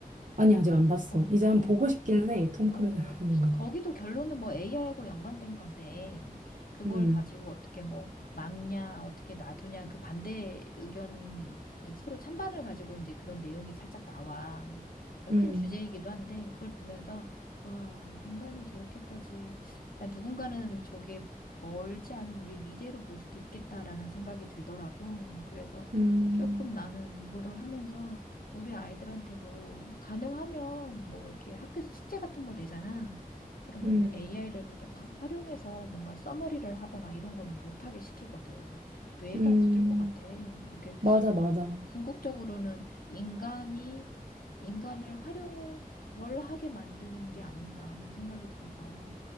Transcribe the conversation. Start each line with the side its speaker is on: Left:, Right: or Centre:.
Right: 아니, 아직 안 봤어.
Left: 어,
Right: 이제 한
Left: 아,
Right: 번 보고 싶기는 해. 톰
Left: 어,
Right: 크루즈 나오는 거.
Left: 거기도 결론은 뭐 AI하고 연관된 건데, 그걸
Right: 음,
Left: 가지고 어떻게 뭐 막냐, 어떻게 놔두냐, 그 반대 의견, 예, 서로 찬반을 가지고 이제 그런 내용이 살짝 나와. 그큰
Right: 음,
Left: 주제이기도 한데, 그걸 보면서, 와, 인간이 저렇게까지, 야, 누군가는 저게 멀지 않은 우리 미래로 볼 수도 있겠다라는 생각이 들더라고. 그래서
Right: 음,
Left: 조금 나는 이거를 하면서 우리 아이들한테도 가능하면 뭐 이렇게 학교에서 숙제 같은 거 내잖아. 그러면
Right: 음,
Left: AI를 그렇게 막 활용해서 뭔가 써머리를 하거나 이런 거는 못하게 시키거든. 뇌가
Right: 음.
Left: 굳을 것 같아. 이렇게
Right: 맞아,
Left: 그-
Right: 맞아.
Left: 궁극적으로는 인간이 인간을 활용을 덜 하게 만드는 게 아닌가 하는 생각이 들어서.